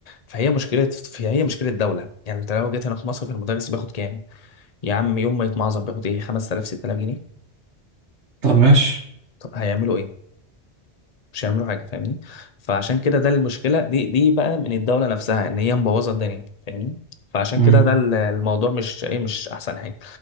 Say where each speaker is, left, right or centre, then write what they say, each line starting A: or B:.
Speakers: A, on the left; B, on the right.
A: فهي مشكله فهي مشكله الدوله يعني انت لو جيت هنا في مصر في المدرس بياخد كام يا عم يوم ما يتمعظم بياخد ايه 5000 6000 جنيه
B: طب ماشي
A: طب هيعملوا ايه مش هيعملوا حاجه فاهمني فعشان كده ده المشكله دي دي بقى من الدوله نفسها ان هي مبوظه الدنيا فاهمني فعشان
B: مم.
A: كده ده ال- الموضوع مش ايه مش احسن حاجه